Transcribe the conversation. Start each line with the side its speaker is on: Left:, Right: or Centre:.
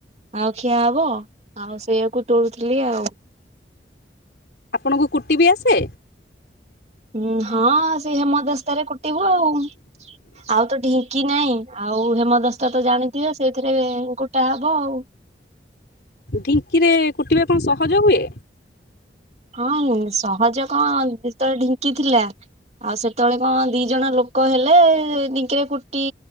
Right: ଆଉ ଖିଆ ହବ ଆଉ ସେଇଆକୁ ତୋଳୁଥିଲି ଆଉ।
Left: ଆପଣଙ୍କୁ କୁଟି ବି ଆସେ?
Right: ଉଁ ହଁ ସେ ହେମଦସ୍ତାରେ କୁଟିବୁ ଆଉ। ଆଉ ତ ଢିଙ୍କି ନାହିଁ ଆଉ ହେମଦସ୍ତା ତ ଜାଣିଥିବେ ସେଇଥିରେ କୁଟା ହବ ଆଉ।
Left: ଢିଙ୍କି ରେ କୁଟିବା କଣ ସହଜ ହୁଏ?
Right: ହଁ ସହଜ କଣ ଯେତେଳେ ଢିଙ୍କି ଥିଲା। ଆଉ ସେତେବେଳେ କଣ ଦି ଜଣ ଲୋକ ହେଲେ ଢିଙ୍କିରେ କୁଟି